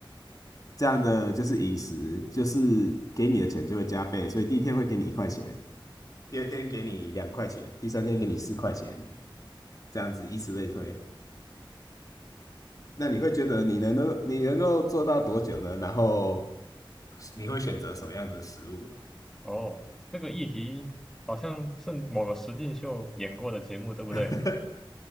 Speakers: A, on the left; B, in the centre.
A: 这样的就是饮食，就是给你的钱就会加倍，所以第一天会给你一块钱。第二天给你两块钱，第三天给你四块钱，这样子以此类推。那你会觉得你能够你能够做到多久呢？然后你会选择什么样子的食物？
B: 哦，这个议题好像是某个实境秀演过的节目，对不对？
A: <laughs>